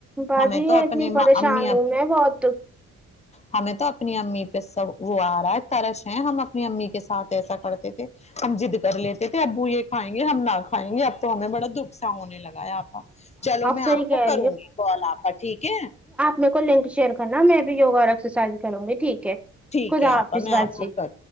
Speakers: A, in the centre; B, on the left.
A: باجی
B: ہمیں تو اپنے
A: اتنی پریشان
B: امی ابو
A: ہوں میں بہت
B: ہمیں تو اپنی امی پہ سب وہ آ رہا ہے ترس ہیں ہم اپنی امی کے ساتھ ایسا کرتے تھے ہم ضد کر لیتے تھے ابو یہ کھائیں گے ہم نہ کھائیں گے اب تو ہمیں بڑا دکھ سا ہونے لگا ہے آپ چلو میں
A: صحیح
B: آپ
A: کہہ
B: کو کروں گی کال آپا ٹھیک ہے
A: مے کو لنک شیئر کرنا میں بھی یوگا اور ایکساسائز کروں گی ٹھیک ہے
B: ٹھیک
A: خدا
B: ہے آپا
A: حافظ
B: میں
A: باجی
B: آپ کو کر